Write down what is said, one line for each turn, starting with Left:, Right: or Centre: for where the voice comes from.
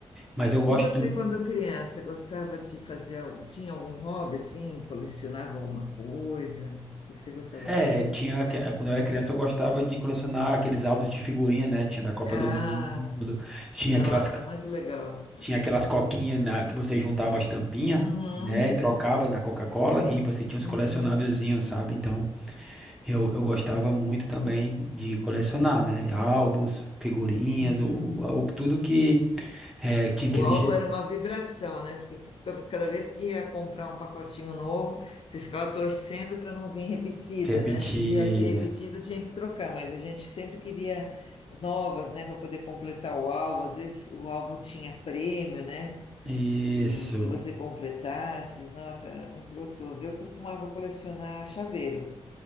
Centre: mas eu gosto
Left: E você,
Centre: do.
Left: quando criança, gostava de fazer algo? Tinha algum hobby assim? Colecionava alguma coisa? O que você gostava
Centre: É,
Left: de fazer?
Centre: tinha. aque- Quando eu era criança, eu gostava de colecionar aqueles álbuns de figurinha, né? Tinha da Copa
Left: Ah,
Centre: do Mundo, tinha
Left: nossa,
Centre: aquelas,
Left: muito legal.
Centre: tinha aquelas coquinhas na- que você juntava as tampinhas,
Left: Uhum.
Centre: né? E trocava na Coca-Cola e você tinha os
Left: Uhum.
Centre: colecionávelzinhos, sabe? Então, eu, eu gostava muito também de colecionar, né? Álbuns, figurinhas,
Left: Uhum.
Centre: o, o, tudo que. É, tinha aquele
Left: O álbum era uma vibração, né? Porque ca- cada vez que ia comprar um pacotinho novo, você ficava torcendo para não vir repetida,
Centre: Repetida.
Left: né? Se viesse repetida, tinha que trocar, mas a gente sempre queria novas, né, para poder completar o álbum. Às vezes o álbum tinha prêmio, né?
Centre: Isso.
Left: E se você completasse, nossa, era muito gostoso. Eu costumava colecionar chaveiro.